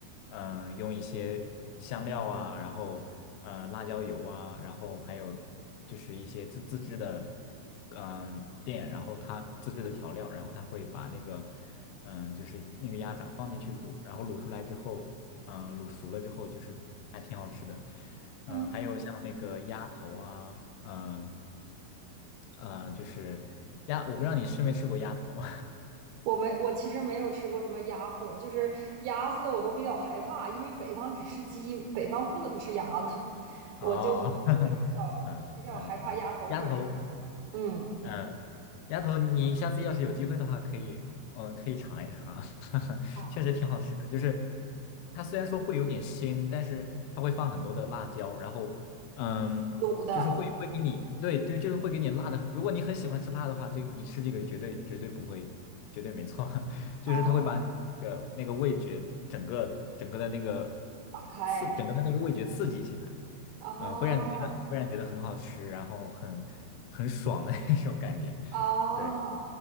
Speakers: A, on the left (about 85°); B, on the right (about 85°).
A: 嗯、用一些香料啊，然后呃辣椒油啊，然后还有就是一些自自制的，嗯、店，然后它自制的调料，然后它会把那个，嗯、就是那个鸭掌放进去卤，然后卤出来之后，嗯、卤熟了之后就是还挺好吃的。
B: 嗯，
A: 嗯，还有像那个鸭头啊，嗯呃，就是鸭，我不知道你吃没吃过鸭头，
B: 我没，我其实没有吃过什么鸭货，就是鸭子的我都比较害怕，因为北方只吃鸡，北方不怎么吃鸭子，<laughs>
A: <laughs> 哦，
B: 我就对比较比较害怕鸭头或者是鸭，
A: <laughs> 嗯嗯嗯，鸭头，
B: 嗯，
A: 嗯丫头，你下次要是有机会的话，可以，嗯，可以尝一尝，<laughs>
B: 好，
A: 确实挺好吃的。就是它虽然说会有点腥，但是它会放很多的辣椒，然后，嗯，
B: 卤的
A: 就是会会给你，对对，就是会给你辣的。如果你很喜欢吃辣的话，这你吃这个绝对绝对不会，绝对没错。<laughs> 就是它会把你那个那个味觉整个整个的那个
B: 啊，打开
A: 刺，整个的那个味觉刺激起来，
B: 啊
A: 嗯，会让你觉得会让你觉得很好吃，然后很很爽的 <laughs> 那种感觉。
B: 啊，
A: 对